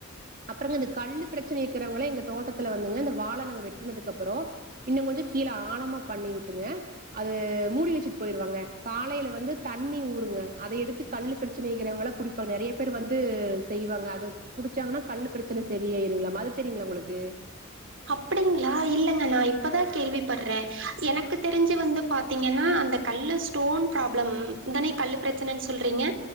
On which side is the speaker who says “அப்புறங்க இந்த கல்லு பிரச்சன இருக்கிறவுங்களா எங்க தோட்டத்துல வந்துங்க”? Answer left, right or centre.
Right